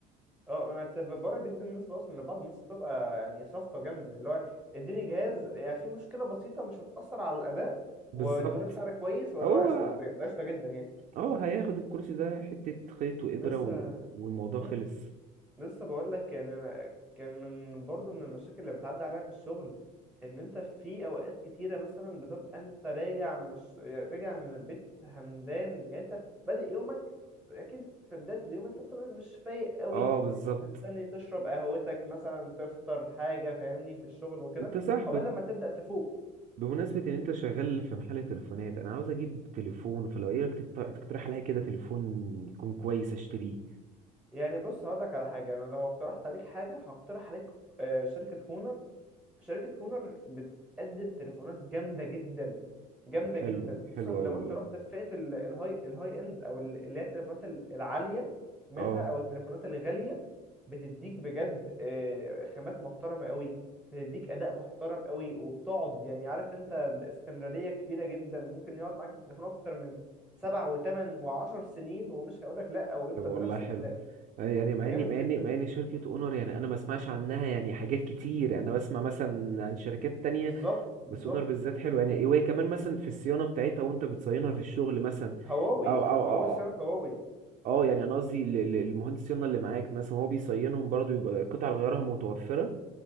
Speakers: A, in the centre; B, on the right.
A: اه ما انت بقولك دي بالنسبه اصلا لبعض الناس بتبقى يعني صفقه جامده اللي هو اديني جهاز يعني في مشكله بسيطه مش هتاثر على الاداء
B: بالظبط
A: وادوني بسعر كويس واللي
B: هو
A: هو قشطه ده ده قشطه جدا يعني
B: اه هياخد الكرسي ده حتة خيط وإبرة
A: لسه
B: و... والموضوع خلص
A: مم. لسه بقول لك يعني أنا كان من برضه من المشاكل اللي بتعدي عليا في الشغل ان انت في اوقات كتيره مثلا بتبقى انت راجع من الش... راجع من البيت همدان يعني انت بادئ يومك اكيد في بداية اليوم انت بتبقى مش فايق قوي
B: اه بالظبط
A: مستني تشرب قهوتك مثلا تفطر حاجة فاهمني في الشغل وكده
B: انت صح
A: عقبال لما تبدأ تفوق
B: بمناسبة ان انت شغال في محل تليفونات انا عاوز اجيب تليفون فلو ايه رأيك تقت- تقترح عليا كده تليفون يكون كويس اشتريه
A: يعني بص هقول لك على حاجة انا لو اقترحت عليك حاجة هقترح عليك آه، شركة هونر شركة هونر بتقدم تليفونات جامدة جدا جامدة
B: طب حلو
A: جدا خصوصا
B: حلو
A: لو
B: اوي والله
A: انت رحت في فئة ال- الهاي الهاي اند او ال- اللي هي التليفونات ال- العالية منها
B: اه
A: او التليفونات الغالية بتديك بجد آه، خامات محترمة قوي بتديك اداء محترم قوي وبتقعد يعني عارف انت باستمرارية كبيرة جدا ممكن يقعد معاك التليفون اكتر من سبع وثمان وعشر سنين ومش هيقولك لا او يفضل
B: طب والله
A: بنفس
B: حلو
A: الاداء
B: آه، يعني مع
A: جامد
B: اني مع
A: جدا
B: اني مع اني شركة اونر يعني انا ما اسمعش عنها يعني حاجات كتير انا بسمع مثلا عن شركات تانية
A: بالظبط بالظبط
B: بس اونر بالذات حلو يعني إيه، وهي كمان مثلا في الصيانة بتاعتها وانت بتصينها في الشغل مثلا
A: هواوي
B: او او
A: هواوي
B: او او
A: سنة هواوي
B: أو يعني انا قصدي ل- ل- المهندس الصيانة اللي معاك مثلا هو بيصينهم برضو يبقى قطع غيارها متوفرة